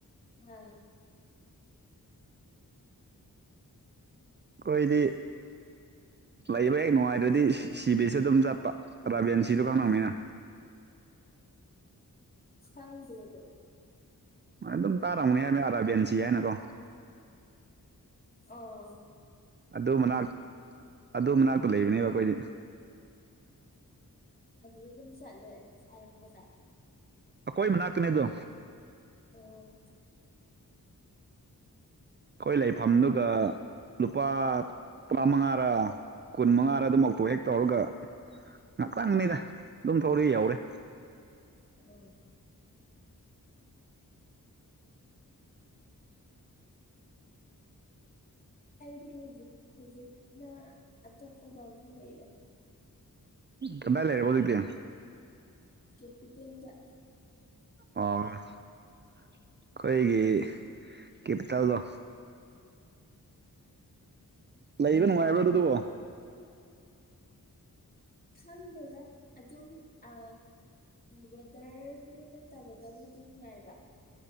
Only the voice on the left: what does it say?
ꯎꯝ
ꯍꯪ ꯑꯗꯨ ꯑꯗꯨ
ꯑꯣ
ꯑꯗꯨꯗ ꯑꯗꯨꯝ ꯆꯠꯂꯦ ꯁꯥꯠꯂꯛꯄꯗ
ꯑꯣ
ꯎꯝ ꯗꯤ ꯍꯧꯖꯤꯛ ꯍꯧꯖꯤꯛ ꯅ ꯑꯇꯣꯞꯄꯗ ꯑꯣꯏꯔꯦ
ꯀꯦꯞꯤꯇꯗ
ꯍꯪꯗꯔꯦ ꯑꯗꯨ ꯑꯗꯨꯝ ꯑ ꯋꯦꯗꯔꯒꯤ ꯅꯠꯇꯕꯇꯕꯨꯗꯤ ꯅꯨꯡꯉꯥꯏꯕ